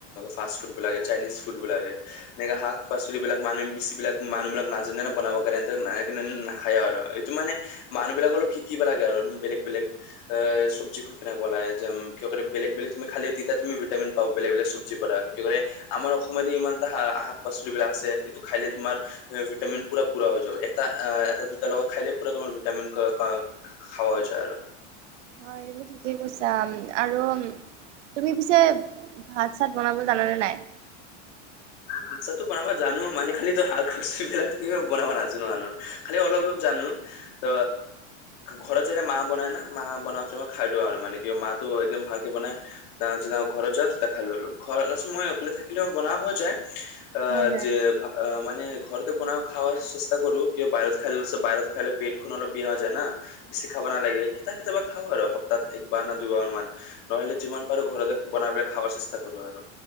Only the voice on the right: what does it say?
হয়, এইবোৰ ঠিকেই কৈছা আৰু তুমি পিছে ভাত চাত বনাব জানানে নাই?
হয় হয়